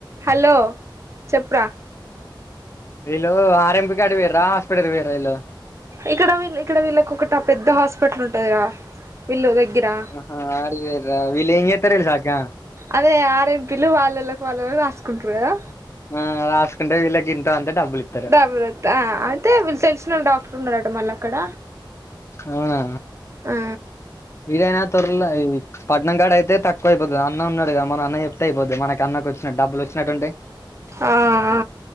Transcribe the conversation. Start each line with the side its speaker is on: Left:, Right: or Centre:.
Right: హలో చెప్పురా.
Left: విళ్లు ఆరెంపి కాటికి పోయిర్రా హాస్పిటల్ పోయిర్రా ఇళ్లు.
Right: ఇక్కడ వీళ్ళ ఇక్కడ వీళ్ళకి ఒకట పెద్ద హాస్పిటల్ ఉంటది రా వీళ్ళు దగ్గిరా
Left: అహ అడికి బోయిర్రా వీళ్ళు ఎం చేస్తారో తెలుసా అక్క
Right: అదే ఆర్ ఎంపీలు వాళ్ళ వోళ్ళకి వాళ్ళ వాళ్ళకు రాసుకుంటారు కదా
Left: ఆమ్ రాసుకుంటే వీళ్ళకిింతా అంత డబ్బులు ఇ
Right: డబ్బులు వస్తాయి ఆ అయితే వీళ్ళు తెలిసిన డాక్టర్ ఉన్నాడంట మళ్ళీ అక్కడ
Left: ఆ
Right: ఆ
Left: ఇదైనా తొరలా ఈ పట్నం కాడ అయితే తక్కువ అయిపోతది అన్న ఉన్నాడు కద మన అన్న చెప్తే అయిపోతే మన అన్నకు వచ్చినడు డబ్బులు వచ్చినట్టు ఉంటాయి
Right: ఆ ఆ